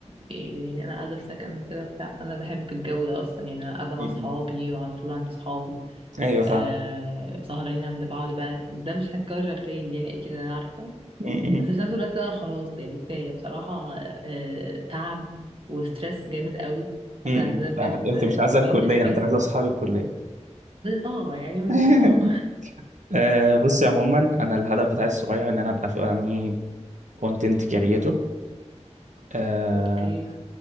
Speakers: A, on the right; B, on the right.
A: يعني انا قاعدة في سكن وكده بتاع فانا بحب الجو ده اصلا يعني انا قاعدة مع
B: مم.
A: صحابي وعلى طول عند صحابي
B: ايوه فاهم
A: آه سهرانين عند بعض بقى ده مش هيتكرر تاني يعني اكيد انا عارفة
B: <laughs> مم.
A: بس في نفس الوقت بقى خلاص يعني كفاية بصراحة آه تعب وستريس جامد قوي
B: مم.
A: احنا عندنا بجد
B: فاهمك انت مش عايزه
A: كمية
B: الكليه
A: الستريس
B: انت عايزه اصحاب الكليه
A: اه يعني ممكن
B: <laughs>
A: اه
B: آه بصي عموما انا الهدف بتاعي الصغير ان انا ابقى في يعني كونتنت كريتور آه
A: <laughs> اوكي